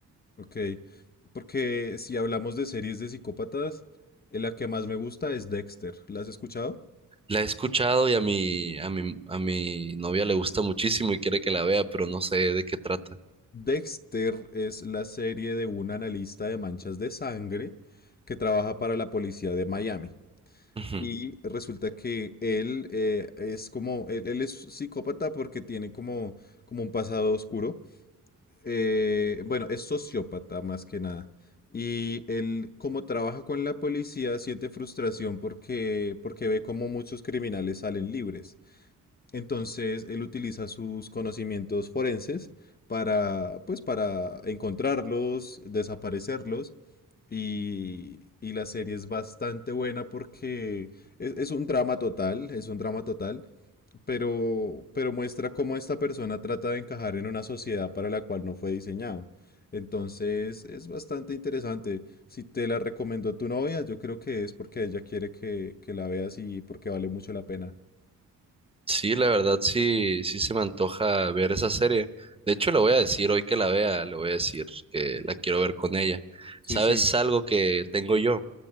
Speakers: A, on the left; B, on the right.
A: Ok, porque si hablamos de series de psicópatas, eh, la que más me gusta es Dexter. ¿La has escuchado?
B: La he escuchado y a mi, a mi, a mi novia le gusta muchísimo y quiere que la vea, pero no sé de qué trata.
A: Dexter es la serie de un analista de manchas de sangre que trabaja para la policía de Miami.
B: Ujú.
A: Y resulta que él eh, es como, él, él es psicópata porque tiene como, como un pasado oscuro. eh, bueno, es sociópata más que nada. Y él, como trabaja con la policía, siente frustración porque, porque ve cómo muchos criminales salen libres. Entonces, él utiliza sus conocimientos forenses para, pues, para encontrarlos, desaparecerlos. Y, y la serie es bastante buena porque es, es un drama total, es un drama total, pero, pero muestra cómo esta persona trata de encajar en una sociedad para la cual no fue diseñado. Entonces es bastante interesante. Si te la recomendó tu novia, yo creo que es porque ella quiere que, que la veas y porque vale mucho la pena.
B: Sí, la verdad sí, sí se me antoja ver esa serie. De hecho, le voy a decir hoy que la vea, le voy a decir que la quiero ver con ella.
A: Sí,
B: ¿Sabes
A: sí.
B: algo que tengo yo?